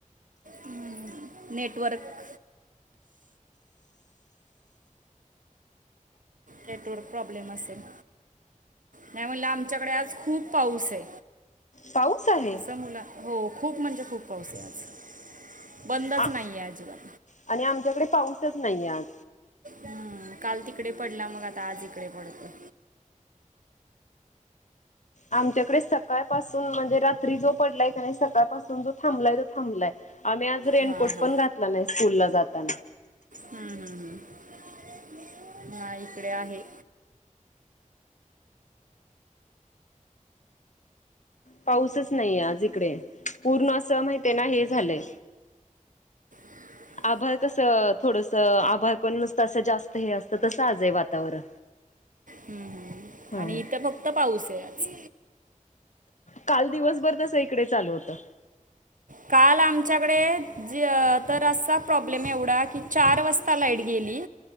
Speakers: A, on the right; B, on the left.
A: हॅलो, नेटवर्क नेटवर्क प्रॉब्लेम असेल. नाही म्हणलं आमच्याकडे आज खूप पाऊस ये,
B: पाऊस आहे
A: कस मुलं हो. खूप म्हणजे खूप, पाऊसय आज. बंदच
B: आ
A: नाहीये अजिबात.
B: आणि आमच्याकडे, पाऊसच नाहीय आज.
A: हम्म. काल तिकडे पडला. मग आता आज इकडे पडतो.
B: आमच्याकडे सकाळपासून. म्हणजे, रात्री जो पडलाय का नाही. सकाळपासून जो थांबलाय, तो थांबलाय. आम्ही आज, रेनकोट
A: हां हां
B: पण घातला नाही. स्कूल ला जाताना.
A: हम्म, हम्म, हम्. हा, इकडे आहे.
B: पाऊसच नाहीेये आज इकडे. पूर्ण असं, माहितेय ना, हे झालंय.
A: <inaudible>
B: आभाळ कसं, थोडसं, आभाळ पण नसतं. असं जास्त हे असतं. तसं आजय वातावरण.
A: हम्म, हम्.
B: हा
A: आणि इथं, फक्त पाऊसय आज.
B: काल दिवसभर तसं, इकडे चालू होतं.
A: काल आमच्याकडे, ज तर असा प्रॉब्लेम एवढा की, चार वाजता लाईट गेली